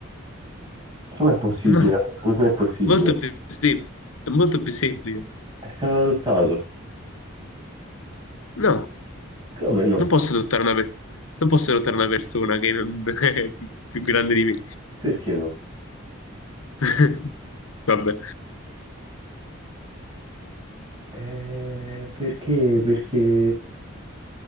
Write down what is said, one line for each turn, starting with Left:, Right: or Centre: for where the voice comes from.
Right: Com'è possibile?
Left: no,
Right: Non è possibile.
Left: è molto più semplice, è molto più semplice.
Right: È stato adottato.
Left: No,
Right: Come no?
Left: non posso adottare una persona, non posso adottare una persona che non- <laughs> è più, più grande di me.
Right: Perché no?
Left: <laughs> Vabbè.
Right: Eh, perché? Perché?